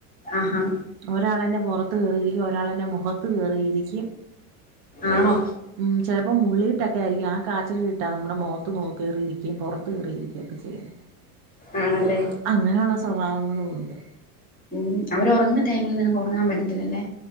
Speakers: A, on the left; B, on the right.
A: ആഹാ
B: ഒരാളെന്റെ പുറത്ത് കേറിയിരിക്കും ഒരാളെന്റെ മുഖത്ത് കേറിയിരിക്കും
A: ആണോ
B: ഉം ചിലപ്പോം മുള്ളിയിട്ടൊക്കെ ആയിരിക്കും ആഹ് കാച്ചര ഇട്ടാ നമ്മുടെ മുഖത്ത് നോ കേറിയിരിക്കുകയും പുറത്ത് കേറിയിരി ക്കുവൊക്കെ ചെയ്യുന്നെ
A: ആണല്ലേ
B: അങ്ങനെയുള്ള സ്വഭാവങ്ങളും ഉണ്ട്
A: ഉം അവര് ഉറങ്ങുന്ന ടൈമില് നിനക്ക് ഉറങ്ങാൻ പറ്റത്തില്ലല്ലേ